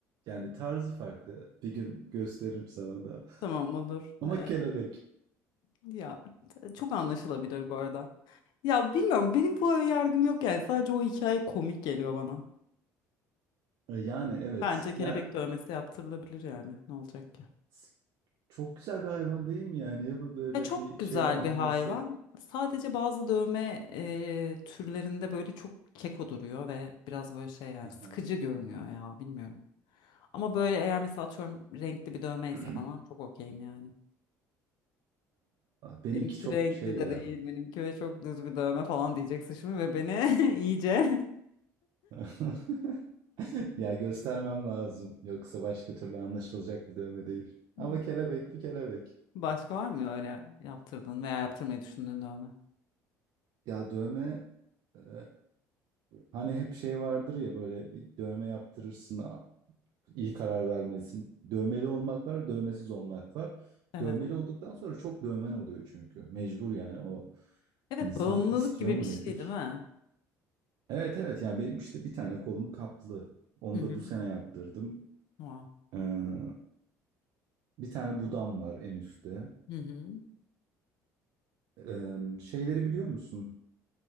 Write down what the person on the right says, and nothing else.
yani tarzı farklı. Bir gün gösteririm sana da.
<laughs>
Ama
kelebek.
E, Yani evet.
Yani
s- çok güzel bir hayvan değil mi yani? Ya bu böyle
bir
şeyle anılması.
Hı hı.
<clears throat>
benimki
çok
şey
ya.
<laughs> Ya göstermem lazım. Yoksa başka türlü anlaşılacak bir dövme değil.
Ama kelebek bir kelebek.
Ya dövme e, hani hep şey vardır ya böyle bir dövme yaptırırsın a- iyi karar vermelisin. Dövmeli olmak var, dövmesiz olmak var.
Dövmeli olduktan sonra çok dövmen oluyor çünkü. Mecbur yani o
insan
istiyor
mu
nedir?
Evet evet yani benim işte bir tane kolum kaplı. Onu
da bu sene yaptırdım.
Ee, Bir tane budam var en üstte.
Ee, şeyleri biliyor musun?